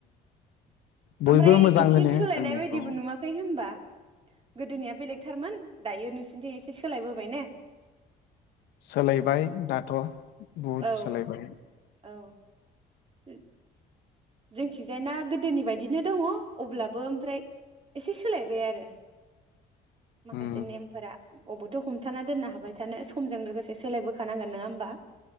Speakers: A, on the left; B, on the right.
A: बयबो
B: ओमफ्राय
A: मोजां
B: एसे
A: होनो
B: सोलायनाय
A: जों बेखौ।
B: बायदिबो नुवाखै होमबा गोदोनिया बेलेगथारमोन दायो नोंसोरनिथिं एसे सोलायबोबाय ने।
A: सोलायबाय दाथ'। बहुत
B: औ
A: सोलायबाय।
B: औ। ए। जोंथिजाय ना गोदोनि बायदिनो दङ अब्लाबो ओमफ्राय एसे सोलायबाय आरो। माखासे
A: उम
B: नेमफोरा। अबेथ' हमथाना दोननो हाबाय थानो समजों लोगोसे सोलायबोखानांगोन नङा होमबा।